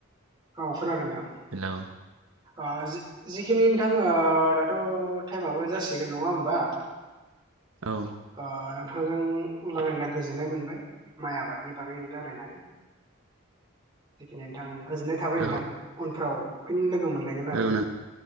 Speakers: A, on the right; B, on the right.
A: औ खोनादों नोंथां
B: हेलौ
A: ओ जि जिखिनि नोंथां दाथ' टायेमाबो जासिगोन नङा होमबा <inaudible>
B: औ
A: ओ नोंथांजों रायलायना गोजोननाय मोनबाय माइ आबादनि बागै रायलायनानै जिखिनि नोंथां गोजोननाय थाबाय
B: औ
A: नोंथां उनफ्राव फिन लोगो मोनलायगोन आरो
B: नोंथां